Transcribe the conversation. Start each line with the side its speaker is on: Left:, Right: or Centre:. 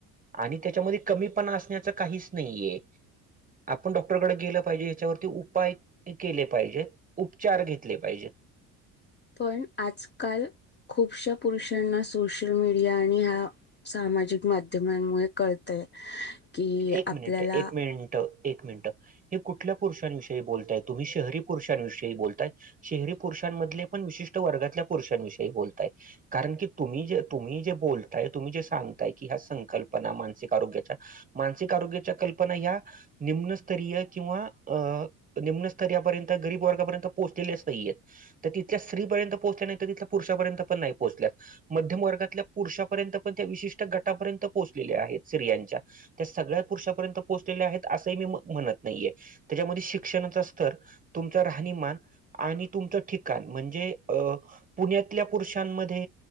Right: आणि त्याच्यामध्ये कमी पणा असण्याचं काहीचं नाहीये. आपणं डॉक्टरकडे गेलं पाहिजे याच्यावरती उपायं केले पाहिजेत उपचार घेतले पाहिजेत.
Left: पण आजकाल खूपश्या पुरुषांना सोशल मीडिया आणि हा सामाजिक माध्यमांमुळे कळतय की
Right: एक
Left: आपल्याला
Right: मिनिटं एकं मिनिटं एक मिनिटं हे कुठल्या पुरुषांविषयी बोलतायं तुम्ही शहरी पुरुषाविषयी बोलताय शहरी पुरुषामधले पण विशिष्ट वर्गातल्या पुरुषाविषयी बोलतयं कारण की तुम्ही जे तुम्ही जे बोलताय तुम्ही जे सांगताय की ह्या संकल्पना मानसिक आरोग्याच्या मानसिक आरोग्याच्या कंल्पना ह्या निम्नस्तरीय किंवा अ निम्नस्तरा यापर्यंत गरीब वर्गापर्यंत पोहोचंलेलेच नाही आहेतं. तर तिथल्या स्त्रीपर्यंत पोचल्या नाही, तर तिथल्या पुरुषापर्यंत पण नाही पोचल्यातं. मध्यम वर्गातल्या पुरुषापर्यंत पण त्या विशिष्ट गटापर्यंत पोहोचलेल्या आहेत स्त्रीयांच्या त्या सगळ्या पुरुषापर्यंत पोहोचलेल्या आहेत. असंही मी म्हणत, नाहीये त्याच्यामध्ये शिक्षणचं स्तंर तुमचं राहणीमानं आणि तुमचं ठिकाणं म्हणजे अं पुण्यातल्या पुरुषांमध्ये